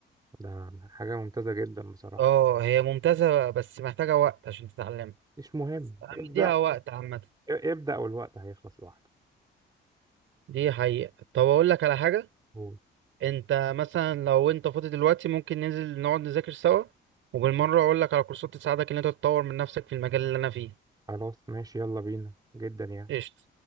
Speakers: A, on the right; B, on the right.
A: ده حاجه ممتازه جدا بصراحه
B: اه هي ممتازة بس محتاجة وقت عشان تتعلمها
A: مش مهم
B: أنا
A: ابدا
B: مديها وقت عامة
A: ابدا والوقت هيخلص لوحده
B: دي حقيقة طب اقول لك على حاجة
A: قول.
B: انت مثلا لو انت فاضي دلوقتي ممكن ننزل نقعد نذاكر سوا وبالمرة اقول لك على كورسات تساعدك ان انت تطور من نفسك في المجال اللي انا فيه
A: خلاص ماشي يلا بينا جدا يعني
B: قشطة